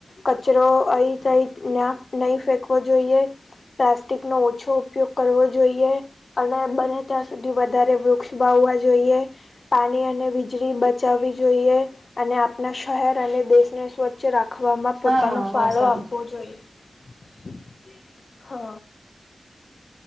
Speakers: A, on the left (about 55°); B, on the right (about 65°).
A: કચરો અહી થઈ્યા નહી ફેંકવો જોઈએ પ્લાસ્ટિક નો ઓછો ઉપયોગ કરવો જોઈએ અને બને ત્યાં સુધી વધારે વૃક્ષ વાાવવા જોઈએ. પાણી અને વીજળી બચાવવી જોઈએ અને આપણા શહેર અને દેશને સ્વચ્છ ચ રાખવામાં
B: હા
A: પોતાનો
B: હા
A: ફાળો
B: હા સારું
A: આપવો
B: છે
A: જોઈએ હ.